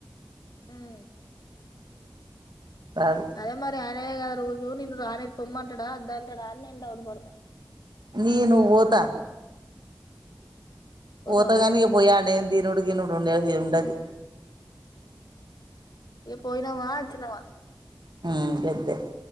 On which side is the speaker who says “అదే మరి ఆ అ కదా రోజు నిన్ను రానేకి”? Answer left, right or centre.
Left